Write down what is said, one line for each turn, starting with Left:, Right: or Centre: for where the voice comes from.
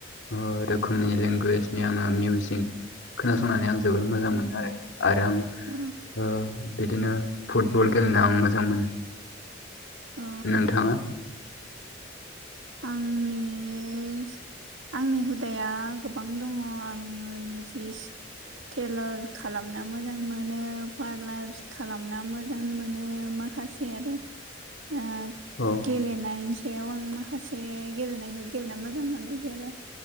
Left: ओ रोखोमनि लेंगुवेजनि आङो मिउजिं खोनासंनानै आं जोबोद मोजां मोनो आरो आरो आं
Right: अ
Left: ओह इदिनो फुटबल गेलेनो आं मोजां मोनो।
Right: अ
Left: नोंथाङा
Right: आंनि बे ओस आंनि हुदाया गोबां दङ आं जि टेलर खालामना मोजां मोनो पार्लार खालामना मोजां मोनो माखासे आरो ओ
Left: औ।
Right: गेलेनायनि सायाव आं माखासे गेलेनायखौ गेलेनो मोजां मोनो। जेरै